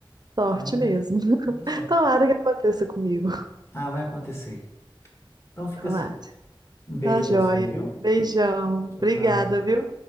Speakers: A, on the right; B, on the left.
A: sorte
B: então,
A: mesmo. <laughs>
B: muita sorte.
A: Tomara que aconteça comigo.
B: Ah, vai acontecer. Então fica
A: Tomara.
B: assim. Um beijo
A: Tá joia.
B: pra você, viu?
A: Beijão. Obrigada,
B: Tchau, tchau.
A: viu?